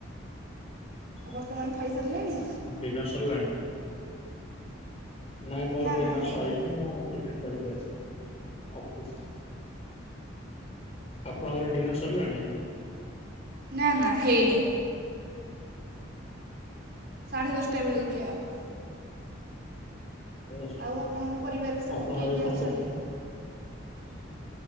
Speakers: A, on the right; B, on the left.
A: ଆଉ
B: ଆଛା,
A: ବର୍ତ୍ତମାନ ଖାଇସାରିଲେଣି
B: ଆଉ ଡିନର୍ ସରିଲାଣି? ନାଇଁ ମୋର
A: ନା
B: ଡିନର
A: ନା ହେଇନି
B: ସରିନି। ମୁଁ ଟିଫିନ୍ କରିକି ଆସିଥିଲି। ଅଫିସ୍ ରେ ଅଛି। ଆପଣଙ୍କର ଡିନର୍ ସରିଲାଣି?
A: ନା ନା ହେଇନି। ସାଢେ
B: ସାଢ଼େ
A: ଦଶଟା ବେଳକୁ ଖିଆ ହେବ।
B: ସାଢେ଼ ଦଶଟା
A: ଆଉ
B: ବେଳେ,
A: ଆପଣଙ୍କ ପରିବାରରେ ସବୁ
B: ଆପଣ
A: କିଏ
B: ଏବେ
A: କିଏ
B: କଣ
A: ଅଛନ୍ତି
B: କରୁଛନ୍ତି?